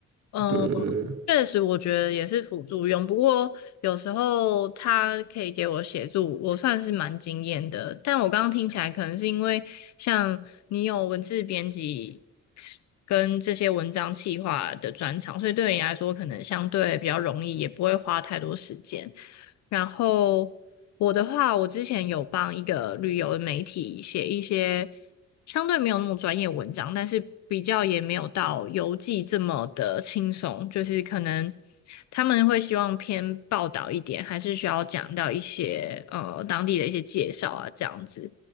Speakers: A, on the left; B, on the right.
A: 嗯，
B: 对对对，对
A: 确实，我觉得也是辅助用。不过有时候它可以给我协助，我算是蛮惊艳的。但我刚刚听起来，可能是因为像你有文字编辑跟这些文章企划的专长，所以对你来说可能相对比较容易，也不会花太多时间。然后我的话，我之前有帮一个旅游的媒体写一些相对没有那么专业的文章，但是比较也没有到游记这么的轻松，就是可能他们会希望偏报道一点，还是需要讲到一些呃当地的一些介绍啊这样子。